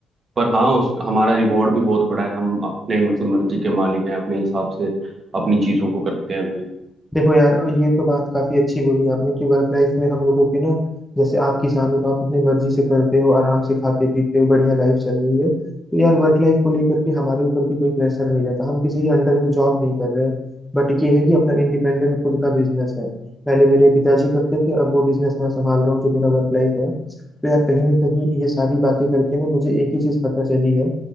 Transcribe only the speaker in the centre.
देखो यार ये तो बात काफी अच्छी बोली आपने कि वर्क लाइफ में हम लोगों की ना जैसे आप किसान हो तो आप अपनी मर्जी से करते हो आराम से खाते पीते हो बढ़िया लाइफ चल रही है तो यार वर्क लाइफ को लेकर के हमारे ऊपर भी कोई प्रेशर नहीं रहता हम किसी के अंडर में जॉब नहीं कर रहे हैं। बट ये है कि अपना इंडिपेंडेंट खुद का बिजनेस है पहले मेरे पिताजी करते थे अब वो बिजनेस मैं संभाल रहा हूँ जो मेरा वर्क लाइफ है तो यार कहीं ना कहीं ये सारी बातें करके ना मुझे एक ही चीज पता चली है